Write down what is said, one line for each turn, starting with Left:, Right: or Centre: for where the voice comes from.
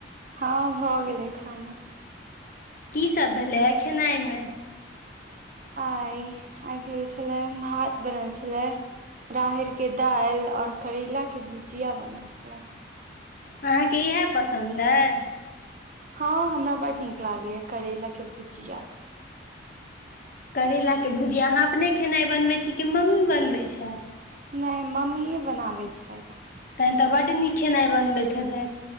Right: हँ भऽ गेलै खाना
Left: की सब भेलैए खेनाइमे
Right: आइ आइ भेल छले भात बनल छले राहड़ के दालि और करैला के भुजिया बनल छलै
Left: अहाँके इएह पसन्द अइ
Right: हँ हमरा बड नीक लागैया करैला के भुजिया
Left: करैला के भुजिया अहाँ अपने खेनाइ बनबै छी कि मम्मी बनबै छैथ
Right: नहि मम्मीए बनाबै छथि
Left: तहन तऽ बड्ड नीक खेनाइ बनबैत हेतै